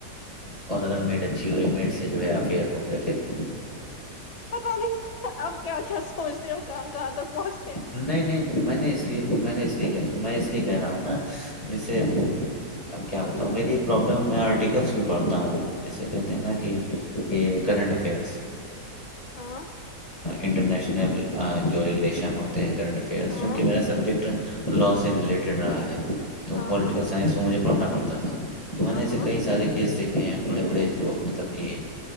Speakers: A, on the left; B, on the left.
A: اور اگر میٹ اچھی ہوئی میٹ سے جو ہے افیئر ہو گیا پھر
B: پتا نہیں اب کیا کیا سوچتے ہو کہاں کہاں تک پہنچ
A: نہیں نہیں میں نے میں نے اسے کہ میں اس لیے کہہ رہا ہوں نا جیسے <unintelligible> اب کیا بتاؤ میری ایک پرابلم میں آرٹیکلس بھی پڑھتا ہوں اسسے کہتے ہیں نا کہ یہ کرنٹ افیئرس
B: ہاں
A: انٹرنیشنل جو ریلیشن ہوتے ہیں کرنٹ افیئرس
B: ہاں
A: چونکہ میرا سبجیکٹ لاء سے ریلیٹڈ رہا ہے تو
B: ہاں
A: پٹیکل
B: ہاں
A: سائنس مجھے پڑھنا ود تھا تو میں
B: ہاں
A: نے ایسے
B: ہاں
A: کئی سارےس دیکھ ہیں بڑے بڑے جو مطلب کہ